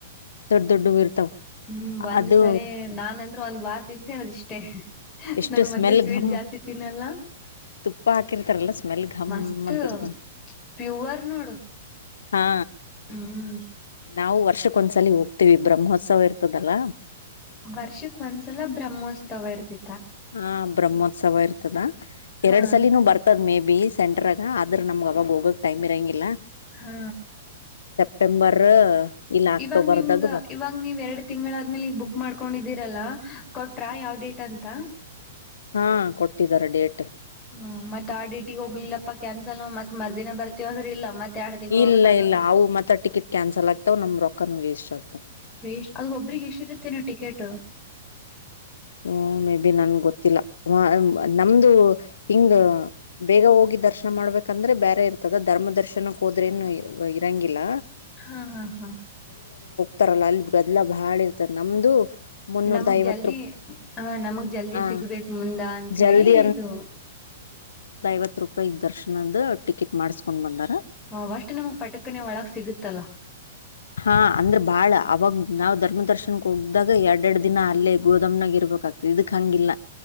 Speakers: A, on the left; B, on the left.
A: ದೊಡ್ಡ ದೊಡ್ಡವು ಇರ್ತಾವ
B: ಹ್ಮ್ ಒಂದ್
A: ಅದು
B: ಸರಿ ನಾನಂತ ಒಂದ್ ವಾರ ತಿಂತೇ <unintelligible> ಇಷ್ಟೇ
A: ಎಷ್ಟು
B: ನಾನ ಮೊದ್ಲೇ
A: ಸ್ಮೆಲ್
B: ಸ್ವೀಟ್
A: ಘಮ್
B: ಜಾಸ್ತಿ ತಿನ್ನಲ್ಲ
A: ತುಪ್ಪ ಹಾಕಿರ್ತಾರಲ್ಲ ಸ್ಮೆಲ್ ಗಮ್
B: ಮಸ್ತ್
A: ಅಂತಿರ್ತ
B: ಪ್ಯೂವರ್ ನೋಡು
A: ಹಾ
B: ಹ್ಮ್
A: ನಾವು ವರ್ಷಕ್ಕೊಂದ್ಸಲಿ ಹೋಗ್ತೀವಿ ಬ್ರಹ್ಮೋತ್ಸವ ಇರ್ತದಲ್ಲ
B: ವರ್ಷಕ್ ಒಂದ್ಸಲ ಬ್ರಹ್ಮೋತ್ಸವ ಇರ್ತಿ
A: ಹಾ ಬ್ರಹ್ಮೋತ್ಸವ ಇರ್ತ ಇರ್ತದ
B: ಹಾ
A: ಎರಡ್ ಸಲಿನೂ ಬರ್ತದ ಮೇ ಬಿ ಸೆಂಟ್ರಾಗ ಆದ್ರೆ ನಮ್ಗ ಅವಾಗ ಹೋಗಕ್ ಟೈಮ ಇರಾಂಗ್ಗಿಲ್ಲ
B: ಹಾ
A: ಸೆಪ್ಟೆಂಬರ್ ಇಲ್ಲ ಅಕ್ಟೋಬರ್ದಾಗ
B: ಇವಾಗ ನಿಮ್
A: ಬರ್
B: ಇವಾಗ ನೀವ್ ಎರಡ್ ತಿಂಗಳಾದ್ಮೇಲೆ ಈಗ ಬುಕ್ ಮಾಡ್ಕೊಂಡಿದ್ದೀರಲ್ಲ ಕೊಟ್ರಾ ಯಾವ್ ಡೇಟ್ ಅಂತ
A: ಹಾ ಕೊಟ್ಟಿದ್ದಾರೆ ಡೇಟ್
B: ಹ್ಮ್ ಮತ್ತ ಆ ಡೇಟಿಗೆ ಹೋಗ್ಲಿಲ್ಲಪ್ಪಾ ಕ್ಯಾನ್ಸಲ್ ಮತ್ತ ಮರ್ದಿನ ಬರ್ತೀವಿ ಅಂದ್ರ ಇಲ್ಲ ಮತ್ ಎರಡ್ ತಿಂಗಳು
A: ಇಲ್ಲ
B: ಹೋಗ್ಬೇಕಾತದ
A: ಇಲ್ಲ ಅವು ಮತ್ತ ಟಿಕೆಟ್ ಕ್ಯಾನ್ಸಲ್ ಆಗ್ತಾವ ನಮ್ ರೊಕ್ಕನು ವೇಸ್ಟ್ ಆಗ್ತಾವ
B: ಎಷ್ಟ್ ಅದು ಒಬ್ಬ್ರಿಗೆ ಎಷ್ಟ ಇರುತ್ತೇನ ಟಿಕೆಟ್
A: ಹ್ಮ ಮೇ ಬಿ ನನ್ ಗೊತ್ತಿಲ್ಲ ನಮ್ದು ಹಿಂಗ ಬೇಗ ಹೋಗಿ ದರ್ಶನ ಮಾಡ್ಬೇಕಂದ್ರೆ ಬೇರೆ ಇರ್ತದ ಧರ್ಮ ದರ್ಶನಕ್ಕೆ ಹೋದ್ರೇನು ಇರಂಗಿಲ್ಲ
B: ಹಾ ಹಾ ಹಾ
A: ತಾರಲ್ಲ ಅಲ್ಲಿ ಗದಲ ಬಾಳ ಇರ್ತದೆ ನಮ್ದು ಮುನ್ನೂರ್ದ
B: ನಮಗ್
A: ಐವತ್
B: ಜಲ್ದಿ
A: ರೂಪ್
B: ಹಾ ನಮಗ್ ಜಲ್ದಿ
A: ಹಾ
B: ಸಿಗ್ಬೇಕು ಮುಂದ ಅಂತ
A: ಜಲ್ದಿ
B: ಹೇಳಿ ಇದು
A: ಇಪ್ಪತ್ತು ರೂಪಾಯಿ ದರ್ಶನ್ದ ಟಿಕೆಟ್ ಮಾಡಿಸಿಕೊಂಡ್ ಬಂದರ
B: ನಾವಷ್ಟು ನಮ್ಗ್ ಪಟಕನೇ ಒಳಗ ಸಿಗುತ್ತಲ್ಲ
A: ಹಾ ಅಂದ್ರೆ ಬಾಳ ಅವಾಗ ನಾವ್ ಧರ್ಮ ದರ್ಶನ್ಕ್ ಹೋಗ್ದಾಗ ಎರಡ್ ಎರಡ್ ದಿನ ಅಲ್ಲೇ ಗೋದಾಮ್ನಾಗ ಇರ್ ಬೇಕ ಇದಕ್ ಹಂಗಿಲ್ಲ